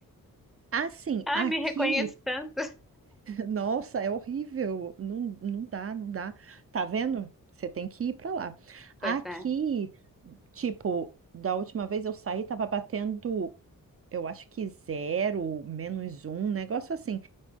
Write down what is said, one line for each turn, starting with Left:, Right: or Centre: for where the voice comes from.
Right: Assim,
Centre: ai,
Right: aqui.
Centre: me reconheço tanto.
Right: Nossa, é horrível. Não, não dá, não dá. Tá vendo? Você tem que ir pra lá. Aqui,
Centre: Pois é.
Right: tipo, da última vez eu saí, tava batendo, eu acho que zero, menos um, um negócio assim.